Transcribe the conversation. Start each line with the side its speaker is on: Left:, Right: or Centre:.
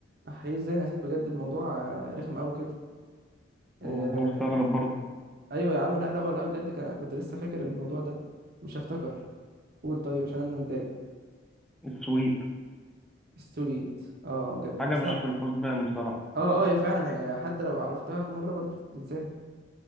Right: أحيي إزاي أنا نسيت بجد الموضوع آه، رخم أوي كده
Centre: مم،
Right: آه
Centre: مستغرب برضه
Right: أيوة يا عم لا لا والله بجد كان كنت لسه فاكر الموضوع ده مش هفتكر قول طيب عشان أنا متضايق
Centre: السويد
Right: السويد اه بجد
Centre: حاجة
Right: أصلا
Centre: مش في الحسبان بصراحة
Right: اه اه هي فعلا هي حتى لو عرفتها مرة برضه بتنساها